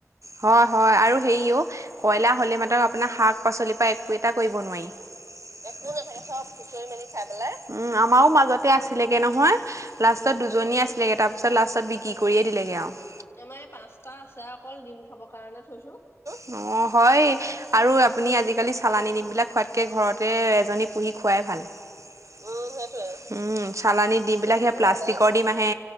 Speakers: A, on the right; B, on the left.
A: হয়, হয়, আৰু হেৰি ও কইলা হ'লে মাত্ৰক আপোনাৰ শাক পাচলিৰ পৰা একো এটা কৰিব নোৱাৰি৷ একো নাথাকে চব খুচৰি মেলি খাই পেলাই, উম, আমাৰো মাজতে আ আছিলেগে নহয়, লাষ্টত
B: উম,
A: দুজনী আছিলেগে, তাৰপিছত লাষ্টত বিক্ৰী কৰিয়ে দিলেগে আৰু৷
B: আমাৰ এই পাঁচটা আছে অকল, ডিম খাব কাৰণে থৈছো৷
A: অ', হয়৷ আৰু আপুনি আজিকালি চালানী দিম বিলাক খোৱাতকৈ, ঘৰতে এজনী পুহি খোৱাই ভাল৷ উম, সেইটোৱেই, উম৷ চালানী ডিম
B: মই
A: বিলাক
B: সেইকাৰণে
A: সেই প্লাষ্টিকৰ ডিম আহে,